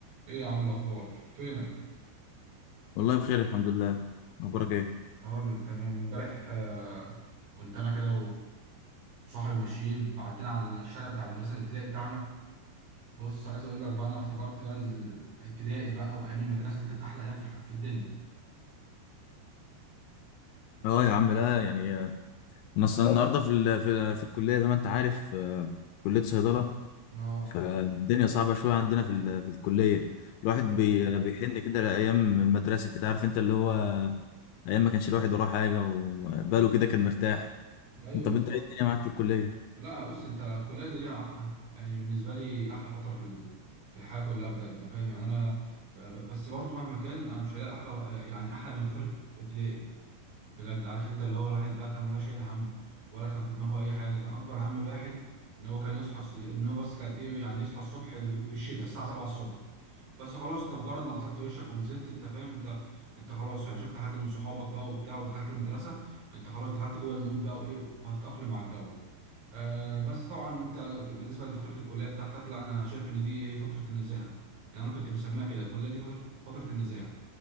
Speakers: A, on the right; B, on the left.
A: ايه يا عم الاخبار فينك
B: والله بخير الحمد لله اخبارك ايه
A: اه تمام من امبارح آه، كنت انا كده وصاحبي ماشيين فعدينا على الشارع بتاع المدرسه الابتدائي بتاعنا بص عايز اقول لك بقى انا افتكرت بقى الابتدائي بقى وايام المدرسه دي كانت احلى ايام في الح- في الدنيا
B: اه يا عم لا يعني آه، انا اصلا النهارده في ال... في, في الكليه زي ما انت عارف آه، كليه صيدله
A: اه
B: فالدنيا صعبه شويه عندنا في ال... في الكليه الواحد
A: لا يا
B: بي...
A: عم
B: بيحن كده لايام المدرسه كده عارف انت اللي هو ايام ما كانش الواحد وراه حاجه وباله كده كان مرتاح
A: ايوه بالظبط
B: طب انت ايه الدنيا معاك في الكليه
A: لا بص انت الكليه دي يعني بالنسبه لي احلى فتره في ال- في الحياه كلها بجد فاهم يعني انا ب- بس برضو مهما كان انا مش هلاقي احلى يعني احلى من فتره ابتدائي بجد عارف انت اللي هو الواحد بقى كان ولا شايل هم ولا كان في دماغه اي حاجه كان اكبر هم الواحد ان هو كان يصحى الس- ان هو بس كان ايه يعني يصحى الصبح في في الشتاء الساعه 7 الصبح بس خلاص انت مجرد ما غسلت وشك ونزلت انت فاهم انت انت خلاص يعني شفت حد من صحابك بقى وبتاع ودخلت المدرسه انت خلاص دخلت جوه المود بقى وايه وهتتاقلم على الجو آه بس طبعا انت ب- بالنسبه لفتره الكليه بتاعتك لا انا شايف ان دي هي فتره النزاهه يعني انا كنت بسميها كده الكليه دي فتره فتره النزاهه